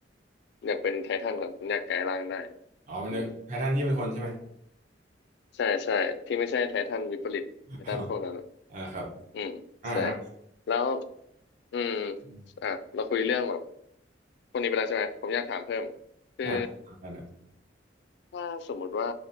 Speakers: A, on the left (about 65°); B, on the right (about 40°).
A: อยากเป็นไททันครับอยากกลายร่างได้
B: อ๋อเป็นไททันที่เป็นคนใช่ไหม
A: อืมใช่ใช่ที่ไม่ใช่ไททันวิปริตไททันพวกนั้นอะ
B: อ๋ออ่าครับ
A: อืมใช่
B: อ่าอ่า
A: แล้วอืม
B: อม
A: อ่ะเราคุยเรื่องแบบพวกนี้ไปแล้วใช่ไหมผมอยากถามเพิ่มคือ
B: อ่าได้ได้
A: ถ้าสมมุติว่า